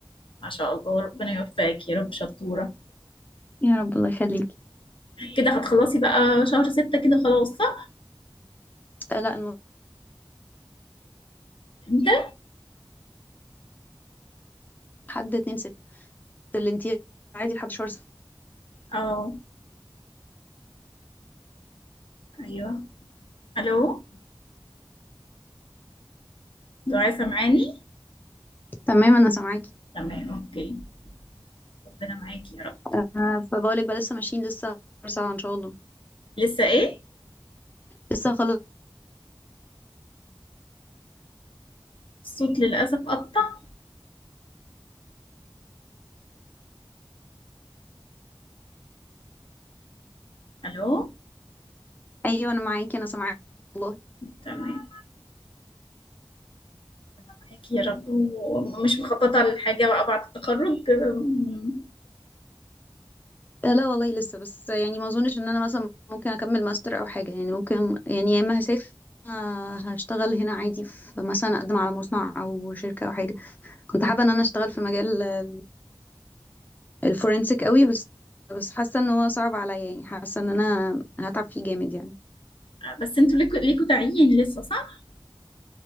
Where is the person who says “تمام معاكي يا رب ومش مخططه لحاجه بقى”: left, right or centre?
Left